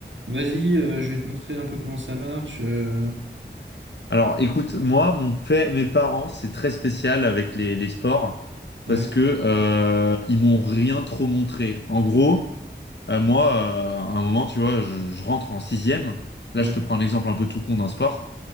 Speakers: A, on the right; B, on the left.
A: vas-y, euh, je vais te montrer un peu comment ça marche. euh.
B: Alors, écoute, moi, mon père, mes parents, c'est très spécial avec les, les sports parce
A: Ouais,
B: que euh, ils m'ont rien trop montré. En gros, euh, moi, euh, à un moment, tu vois, je, je rentre en sixième. Là,
A: ouais,
B: je te prends un exemple un peu tout con d'un sport.